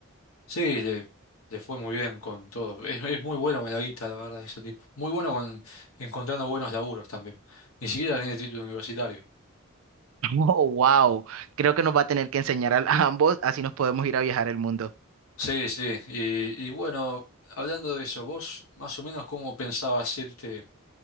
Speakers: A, on the left (about 75°); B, on the right (about 70°).
A: Sí, le, le fue muy bien con todo. Es, es muy bueno con la guita, la verdad, ese tipo. Muy bueno con encontrando buenos laburos también. Ni siquiera tiene título universitario.
B: Oh, wow. Creo que nos va a tener que enseñar a, a ambos, así nos podemos ir a viajar el mundo.
A: Sí, sí. Y, y bueno, hablando de eso, vos más o menos cómo pensabas irte.